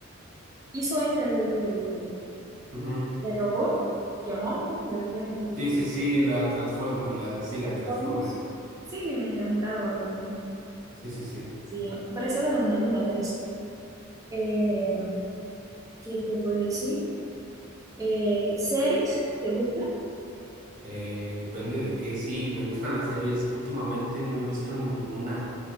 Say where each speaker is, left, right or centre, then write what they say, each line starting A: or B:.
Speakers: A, on the right; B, on the right.
A: hizo esta de,
B: Ujú.
A: de robot, que es un auto, me olvidé el nombre.
B: Sí, sí, sí, la Transformers, la, sí,
A: Transformers.
B: la de Transformers.
A: Sí, me encantaba también.
B: Sí, sí, sí.
A: Sí, parecía de una linda actriz. Eh, ¿qué te voy a decir? Eh, ¿series? ¿Te gusta?
B: Eh, depende de qué. Sí, me gustan las series. Últimamente no he visto ninguna.